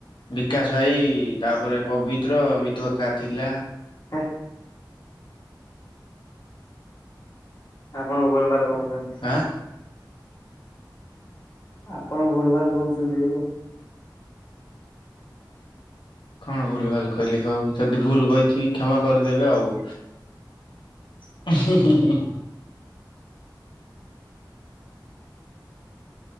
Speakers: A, on the left; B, on the left.
A: ବିକାଶ ଭାଇ ତାପରେ ପବିତ୍ର ମିିତୁ କା ଥିଲା।
B: ହେ। ଆପଣ ଭୋଲ ବାଲ <unintelligible>
A: ଆଁ।
B: ଆପଣ ଭୁଲ ଭାଲ କହୁଚନ୍ତି।
A: କଣ ଭୁଲ ଭାଲ କହିଲି ହଉ ଯଦି ଭୁଲ କହିଥିବି କ୍ଷମା କରିଦେବେ ଆଉ। <inaudible> ହୁଁ ହୁଁ ହୁଁ।